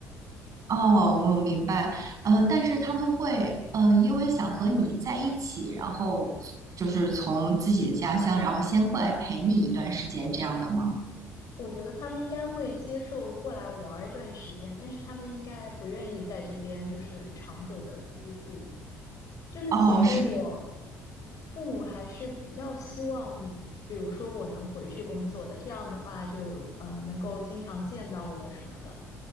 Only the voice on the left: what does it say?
我觉得他们应该会接受过来玩儿一段时间，但是他们应该不愿意在这边就是长久的居住。就是其实我
父母还是比较希望，比如说我能回去工作的，这样的话就呃能够经常见到我什么的，